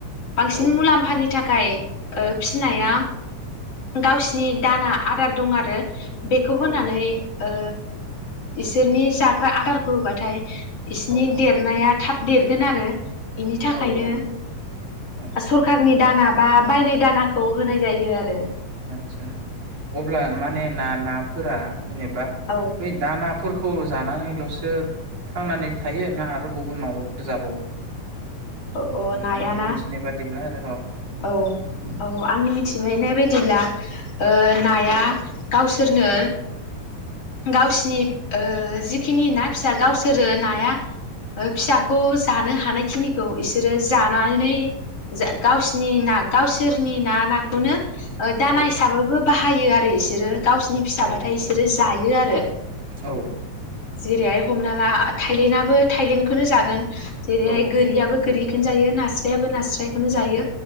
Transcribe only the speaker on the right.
औ
उम
औ
औ
औ नंगौ औ
आतसा अब्ला माने ना नाफोरा जेनेबा
बे फोरखौ जानानैलसो थांनानै थायो ना आरो गुबुन माबाफोर जाबावो?
नोंथांनि
मिथिनाय बादिब्ला आरो औ
औ
औ
औ
औ